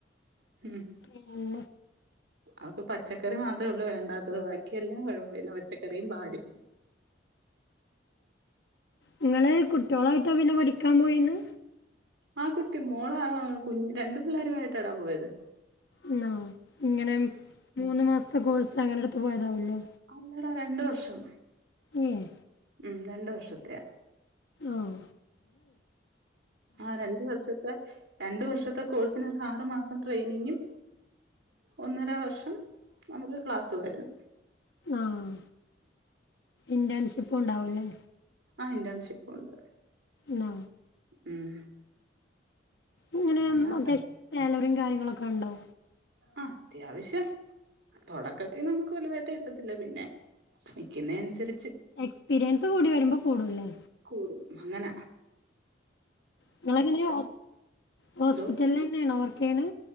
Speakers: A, on the right; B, on the left.
A: ഉമ്
B: ഏഹ്
A: അവക്ക് പച്ചക്കറി മാത്രേ ഉള്ളൂ വേണ്ടാത്തത് ബാക്കിയ എല്ലാം കുഴപ്പം ഇല്ല പച്ചക്കറിയും പാലും
B: നിങ്ങള് കുട്ട്യോളായിട്ടാ പിന്നെ പഠിക്കാൻ പോയി ന്ന്
A: ആഹ് കുട്ടി മോളെ ആ ആകു രണ്ടു പിള്ളേരു ആയിട്ട് ആണ് പോയത്
B: ന്നോ ഇങ്ങനെ മൂന്ന് മാസത്തെ കോഴ്സ് അങ്ങനെ അവരുടെ അടുത്ത് പോയതാവൂല്ലേ
A: അല്ലടാ രണ്ടുവർഷം
B: ഏഹ്
A: ഉമ് രണ്ടു വർഷത്തെ
B: ഓഹ്
A: ആഹ് രണ്ടു വർഷത്തെ രണ്ടു വർഷത്തെ കോഴ്സിന് ആറുമാസം ട്രെയിനിങ്ങും ഒന്നര വർഷം നമുക്ക ക്ലാസ് വായിരുന്നു
B: ആഹ് ഇന്റേൺഷിപ്പും ഉണ്ടാവുംല്ലേ?
A: ആഹ് ഇൻറർ ഷിപ്പ് ഉണ്ട്
B: ന്നാ
A: ഉമ്
B: ഇങ്ങനെ
A: അങ്ങനെ
B: അത്യാവശ്യം
A: അത്
B: സാലറിയും കാര്യങ്ങളൊക്കെ ഉണ്ടോ
A: ആഹ് അത്യാവശ്യം തുടക്കത്തിൽ നമുക്ക് വലുതായിട്ട് കിട്ടത്തില്ല പിന്നെ വിക്കുന്ന അനുസരിച്ച്
B: എക്സ്പീരിയൻസ് കൂടി വരുമ്പോ കൂടു ലെ
A: കൂടും അങന
B: നിങ്ങളങ്ങനെയ ഹോസ്പിറ്റലിൽ
A: എന്തോ
B: തന്നെ യാണോ വർക്ക് ചെയ്യുന്നെ